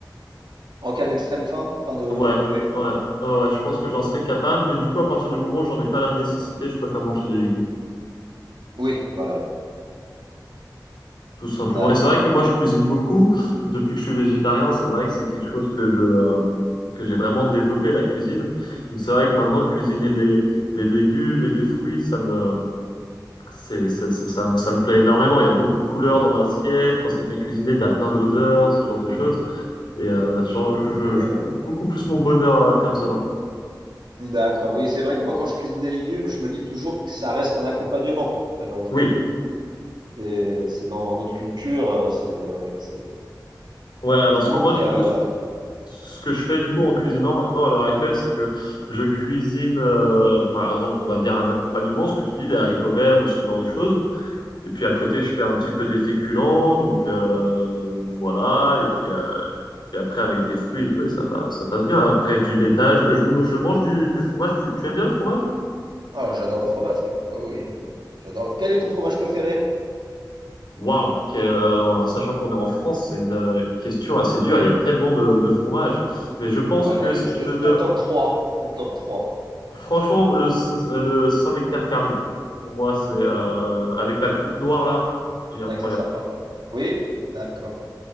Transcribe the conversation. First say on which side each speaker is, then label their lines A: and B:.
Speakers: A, on the right (about 70°); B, on the left (about 75°).
A: En cas d'extrême faim, fin de,
B: Ouais,
A: oui.
B: ouais, ouais, ouais, je pense que j'en serais capable, mais du coup, à partir du moment où j'en ai pas la nécessité, je préfère manger des légumes,
A: Oui, voilà.
B: tout simplement.
A: D'accord.
B: Et c'est vrai que moi, je cuisine beaucoup. Depuis que je suis végétarien, c'est vrai que c'est quelque chose que je, euh, que j'ai vraiment développé, la cuisine. Donc, c'est vrai que maintenant, cuisiner des, des légumes et des fruits, ça me, c'est, c'est- ça, ça me ça me plaît énormément. Il y a beaucoup de couleurs dans l'assiette. Quand c'est bien cuisiné, t'as plein d'odeurs, ce genre de choses. Et euh, genre, je,
A: C'est vrai.
B: je trouve beaucoup plus mon bonheur euh, comme ça maintenant.
A: ouais. D'accord. Oui, c'est vrai que moi, quand je cuisine des légumes, je me dis toujours que ça reste un accompagnement, malheureusement.
B: Oui,
A: C'est, c'est dans notre culture, euh, c'est, ouais, c'est-
B: ouais, alors
A: Il
B: ce
A: manque.
B: que moi, du
A: euh,
B: coup, ce
A: la-
B: ce que je fais du coup en cuisinant maintenant à l'heure actuelle, c'est que je cuisine, euh, par exemple, on va dire un accompagnement, ce que tu dis, des haricots verts ou ce genre de choses. Et puis
A: Mhm.
B: à côté, je fais un petit peu des féculents, donc euh, voilà. Et puis, euh, puis après, avec des fruits et tout, et ça, pa- ça passe bien. Après, du laitage, je, m- je mange du, du fromage. Tu, tu aimes bien le fromage?
A: Ah, j'adore le fromage, oui. Ah oui, je- j'adore le... Quel est ton fromage préféré?
B: Waouh, quel- euh, sachant qu'on est en France, c'est une, euh, une question assez dure. Il y a tellement de, de fromages. Mais je pense
A: Bon, allez,
B: que si
A: je-
B: je devais,
A: ton top trois Ton top trois
B: franchement, le, s- le Saint-Nectaire fermier, pour moi, c'est euh, avec la croûte noire là, il est incroyable.
A: C'est vrai que c'est sympa. Oui? D'accord.